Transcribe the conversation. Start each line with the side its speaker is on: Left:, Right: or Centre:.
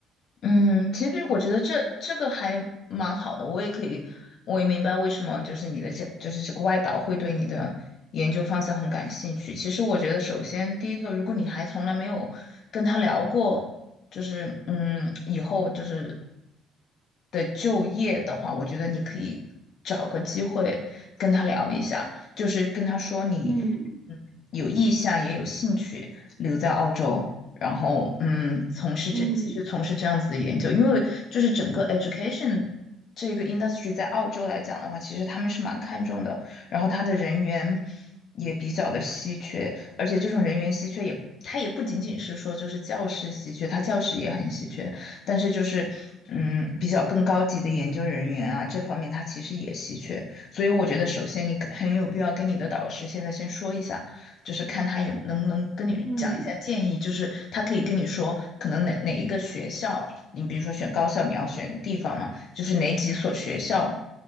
Left: 嗯，其实我觉得这这个还蛮好的，我也可以，我也明白为什么就是你的这就是这个外导会对你的研究方向很感兴趣。其实我觉得，首先第一个，如果你还从来没有跟他聊过，就是嗯，以后就是的就业的话，我觉得你可以找个机会跟他聊一下，就是跟他说你
Right: 嗯
Left: 嗯有意向也有兴趣留在澳洲。然后嗯，从事这继续从事这样子的研究，
Right: 嗯
Left: 因为就是整个 education 这个 industry 在澳洲来讲的话，其实他们是蛮看重的，然后他的人员也比较的稀缺，而且这种人员稀缺也。它也不仅仅是说就是教师稀缺，它教师也很稀缺，但是就是嗯比较更高级的研究人员啊这方面它其实也稀缺，所以我觉得首先你很有必要跟你的导师现在先说一下，就是看他有能不能跟你讲一下建议，
Right: 嗯
Left: 就是他可以跟你说，可能哪哪一个学校，你比如说选高校，你要选地方嘛，就是哪几所学校